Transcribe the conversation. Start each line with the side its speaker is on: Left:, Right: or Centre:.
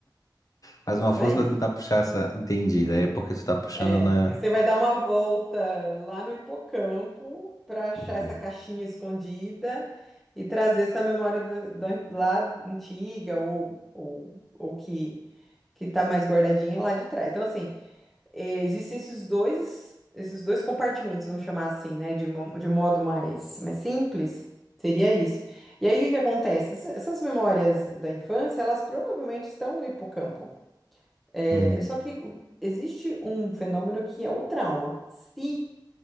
Left: faz
Centre: Isso
Left: uma força
Centre: aí.
Left: pra tentar puxar essa. Entendi. Daí é porque tu tá puxando
Centre: É,
Left: na.
Centre: porque você vai dar uma volta lá no hipocampo para achar
Left: Entendi.
Centre: essa caixinha escondida e trazer essa memória da, da- lá antiga ou, ou, ou que que está mais guardadinha lá de trás. Então, assim, eh, existem esses dois esses dois compartimentos, vamos chamar assim, né, de, mo- de modo mais mais simples. Seria isso. E aí, o que que acontece? Essa- Essas memórias da infância, elas provavelmente estão no hipocampo. É,
Left: Uhum.
Centre: só que existe um fenômeno que é o trauma. Se